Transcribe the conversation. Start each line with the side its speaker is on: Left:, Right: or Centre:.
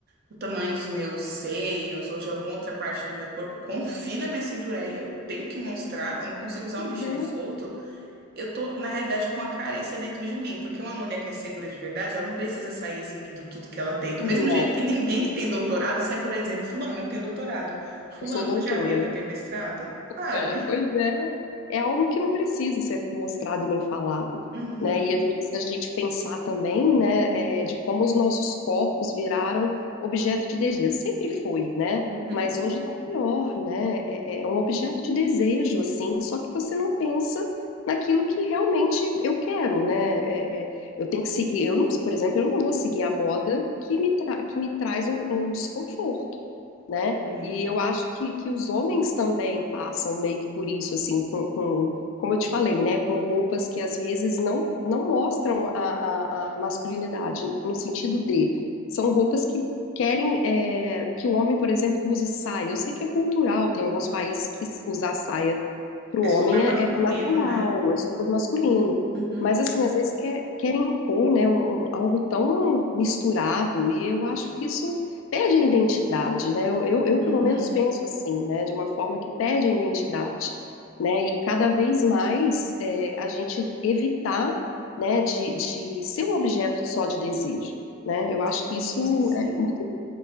Right: o tamanho dos meus seios ou de alguma outra parte do meu corpo, confina minha cintura aí, eu tenho que mostrar, eu não consigo usar
Left: Pois
Right: um vestido
Left: é.
Right: solto. Eu tô, na realidade, com a carência dentro de mim, porque uma mulher que é segura de verdade, ela não precisa sair exibindo tudo que ela tem. Do
Left: Não,
Right: mesmo jeito que ninguém que tem doutorado sai por aí dizendo, fulano, eu tenho doutorado. Fulano,
Left: eu sou doutora.
Right: você já viu que eu tenho mestrado? Sabe?
Left: É, pois é, é algo que não precisa ser mostrado e nem falado,
Right: Uhum,
Left: né? E a gente- se a gente pensar também, né, é, de como os nossos corpos viraram objeto de desejo, sempre foi, né?
Right: uhum,
Left: Mas hoje tá pior, né? É, é é um objeto de desejo, assim, só que você não pensa naquilo que realmente eu quero, né? É, é, eu tenho que seguir, eu, não- por exemplo, eu não vou seguir a moda que me, tra que me traz um um desconforto né?
Right: sim.
Left: E eu acho que, que os homens também passam meio que por isso, assim, com, com- como eu te falei, né? Com roupas que às vezes não, não mostram a, a, a masculinidade, no sentido de, são roupas que querem é, que o homem, por exemplo, use saia. Eu sei que é cultural, tem alguns países que s- usar saia para
Right: É
Left: o homem
Right: super masculino,
Left: é, é natural,
Right: né?
Left: é super masculino.
Right: Uhum,
Left: Mas, assim, às vezes quer, querem impor, né, um- um- algo tão misturado, e eu acho que isso pede a identidade, né? Eu, eu, eu,
Right: uhum.
Left: pelo menos penso assim, né? De uma forma que pede a identidade, né? E cada vez mais é, a gente evitar, né? De, de ser um objeto só de desejo, né? Eu acho
Right: Sim,
Left: que isso
Right: sim.
Left: é muito